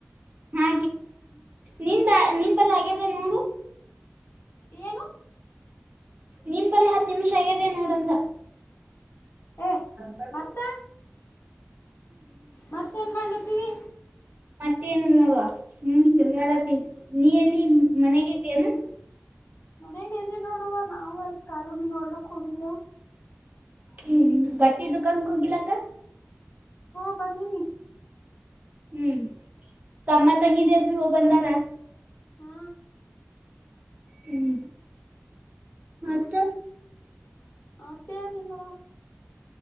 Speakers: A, on the right; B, on the left.
A: ಹಾ ನಿಂದ ನಿಪೆಲ್ಲ ಆಗ್ಯಿದೆ ನೋಡು
B: ಏನು
A: ನಿಮಪಲ್ಲಿ ಹತ್ತು ನಿಮಿಷ ಆಗ್ಯದೆ ನೋಡಂತ
B: ಏ
A: ಮಲ್ಲ
B: ಮತ್ತ ಮತ್ತೇನ್ ಮಾಡ್ಲತ್ತೀರಿ
A: ಮತ್ತೇನಿಲ್ಲ ನೋಡುವ ಸುಮ್ ತಿರ್ಗಾಡತಿ ನೀ ಎಲ್ಲಿ ಮನೆಗಿದ್ದೇನು
B: ಮನಯಾಗ ಇದದಿ ನೋಡುವ ನಾವವು ಅಲ್ಲಿ ಕಾರುಣಿ ನೋಡ್ಲಕ್ ಹೋಗಿದ್ದೇವ
A: ಹ್ಮ್ ಬಟ್ಟಿ ದುಕಾಕ್ ಹೋಗಿಿಲ್ಲಕ್ಕ
B: ಹ ಪನ್ನಿ ನೀ
A: ಹ್ಮ್ ತಮ್ಮ ತಂಗಿದಿಯಾರ್ ಭ ಹೋಗ ಬಂದಾರ
B: ಹ್ಮ
A: ಹ್ಮ್ ಮತ್ತ
B: ಹ ತಾರಲ್ಲವಾ